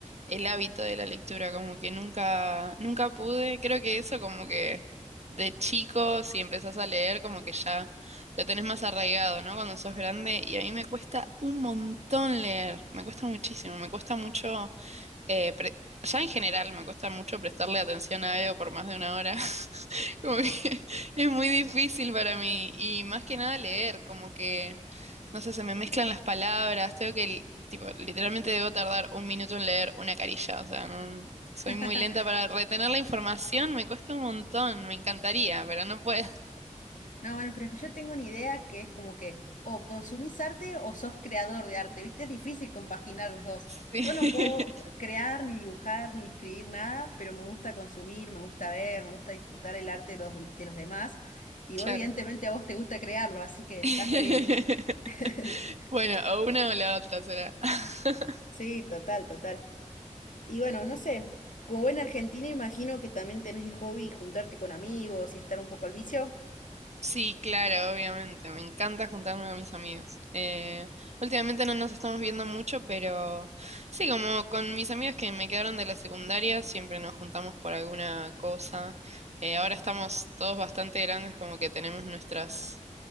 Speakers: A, on the right; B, on the left.
A: el hábito de la lectura, como que nunca, nunca pude. Creo que eso como que de chico, si empezás a leer, como que ya lo tenés más arraigado, ¿no? Cuando sos grande. Y a mí me cuesta un montón leer, me cuesta muchísimo, me cuesta mucho Eh, pre- ya en general me cuesta mucho prestarle atención a algo por más de una hora. <laughs> Como que <laughs> es muy difícil para mí. Y más que nada leer, como que, no sé, se me mezclan las palabras. Tengo que, li- tipo, literalmente debo tardar un minuto en leer una carilla. O sea, no, soy
B: <laughs>
A: muy lenta para retener la información. Me cuesta un montón. Me encantaría, pero no puedo. <laughs>
B: No, bueno, pero es que yo tengo una idea que es como que o consumís arte o sos creador de arte, ¿viste? Es difícil compaginar los dos.
A: Sí,
B: Yo no puedo
A: <laughs>
B: crear, ni dibujar, ni escribir nada, pero me gusta consumir, me gusta ver, me gusta disfrutar el arte de los, de los demás. Y
A: claro.
B: vos, evidentemente, a vos te gusta crearlo, así que estás
A: <laughs>
B: re bien. <laughs>
A: Bueno, o una o la otra será. <laughs>
B: Sí, total, total. Y bueno, no sé, como buena argentina imagino que también tenés de hobby juntarte con amigos y estar un poco al vicio.
A: Sí, claro, obviamente. Me encanta juntarme con mis amigos. Eh, últimamente no nos estamos viendo mucho, pero sí, como con mis amigos que me quedaron de la secundaria, siempre nos juntamos por alguna cosa. Eh, ahora estamos todos bastante grandes, como que tenemos nuestras,